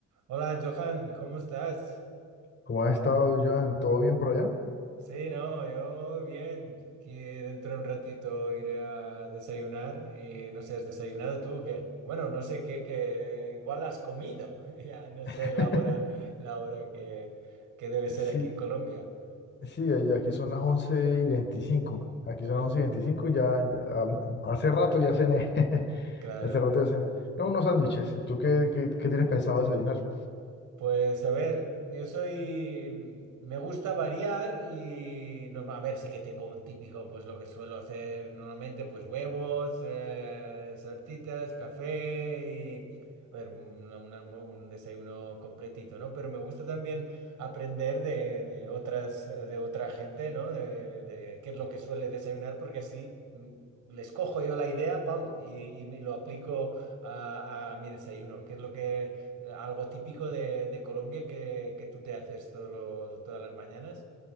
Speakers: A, on the right (about 80°); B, on the left (about 35°).
A: Hola Johan, ¿cómo estás?
B: ¿Cómo has estado, Joan? ¿Todo bien por allá?
A: Sí, no, yo bien. Aquí dentro de un ratito iré a desayunar y no sé, ¿has desayunado tú o qué? Bueno, no sé qué, qué, igual has comido. <laughs> Ya no
B: <laughs>
A: sé la hora, la hora que, que debe ser
B: Sí,
A: aquí en Colombia.
B: sí, ahí- aquí son las 11 y 25. Aquí son
A: Claro.
B: las 11 y 25. Ya, ya, am- hace rato ya cené. <laughs>
A: claro.
B: Hace rato ya cené. No, unos sándwiches. ¿Tú qué, qué, qué tienes pensado desayunar?
A: Pues a ver, yo soy, mm, me gusta variar y no, a ver, sí que tengo un típico, pues lo que suelo hacer normalmente, pues huevos, eh, saltitas, café y, a ver, una- una- un desayuno completito, ¿no? Pero me gusta también aprender de, de otras, de otra gente, ¿no? De, de qué es lo que suele desayunar, porque así mm, les cojo yo la idea, pam, y, y me lo aplico a, a mi desayuno. ¿Qué es lo que algo típico de, de Colombia que, que tú te haces todos los- todas las mañanas.